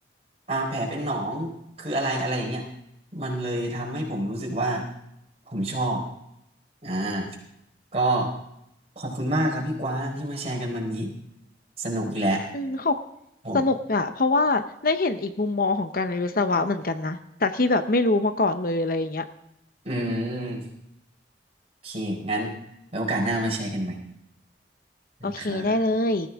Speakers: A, on the right (about 35°); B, on the left (about 50°).
A: อ่าแผลเป็นหนองคืออะไรอะไรอย่างเงี้ยมันเลยทำให้ผมรู้สึกว่าผมชอบอ่าก็ขอบคุณมากครับพี่กวางที่มาแชร์กันวันนี้ สนุกอีกแล้ว
B: อืมขอบ
A: ผม
B: สนุกอ่ะเพราะว่าได้เห็นอีกมุมมองของการเรียนวิศวะเหมือนกันนะจากที่แบบไม่รู้มาก่อนเลยอะไรอย่างเงี้ย
A: อืมโอเคงั้นไว้โอกาสหน้ามาแชร์กันใหม่
B: โอเคได้เลย
A: ค่ะ